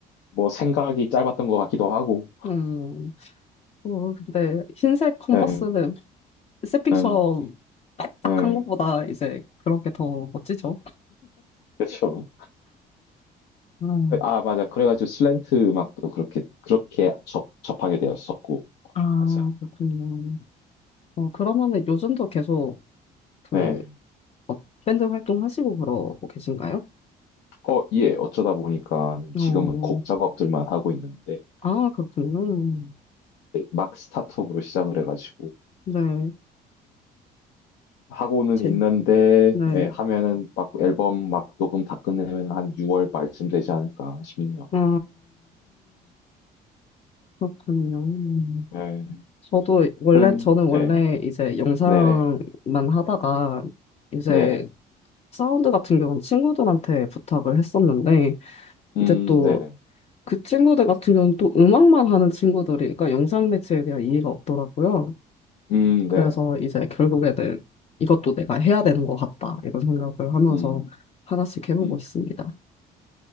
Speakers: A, on the left; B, on the left.
A: 뭐 생각이 짧았던 것 같기도 하고.
B: 음, 어, 근데 흰색 컨버스는
A: 예.
B: 세핑처럼
A: 예.
B: 반짝한
A: 예.
B: 것보다 이제 그런 게 더 멋지죠?
A: 그렇죠.
B: 음,
A: 아, 맞아. 그래가지고 슬랜트 음악도 그렇게 그렇게 접 접하게 되었었고.
B: 아,
A: 맞아.
B: 그렇군요. 어, 그러면은 요즘도 계속 그
A: 네.
B: 어, 밴드 활동하시고 그러고 계신가요?
A: 어, 예. 어쩌다 보니까는 지금은
B: 어,
A: 곡 작업들만 하고 있는데
B: 아, 그렇군요.
A: 이제 막 스타트업으로 시작을 해가지고
B: 네,
A: 하고는
B: 제,
A: 있는데
B: 네.
A: 예, 하면은 막 앨범 막 녹음 다 끝내면 한 6월 말쯤 되지 않을까 싶네요.
B: 아, 그렇군요.
A: 예.
B: 저도 원래,
A: 하여튼,
B: 저는 원래
A: 예.
B: 이제 영상만
A: 네네.
B: 하다가 이제
A: 네네.
B: 사운드 같은 경우는 친구들한테 부탁을 했었는데
A: 음,
B: 이제 또
A: 네네.
B: 그 친구들 같은 경우는 또 음악만 하는 친구들이, 그러니까 영상 매체에 대한 이해가 없더라고요.
A: 음,
B: 그래서
A: 네네.
B: 이제 결국에는 이것도 내가 해야 되는 것 같다, 이런 생각을 하면서
A: 음,
B: 하나씩 해보고
A: 음.
B: 있습니다.